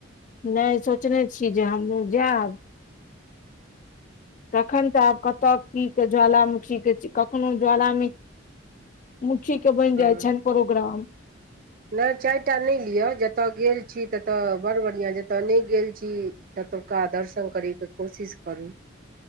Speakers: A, on the left; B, on the right.
A: नहि सोचने छी जे हमहूँ जायब तखन तऽ आब कत की के ज्वालामुखी के कखनो ज्वालामखी मुखी के बनि
B: हँ
A: जाइ छनि प्रोग्राम
B: नहि चारि टा नहि लिअ जतय गेल छी ततय बड़ बढ़िआँ जतय नहि गेल छी त तौका दर्शन करैक कोशिश करू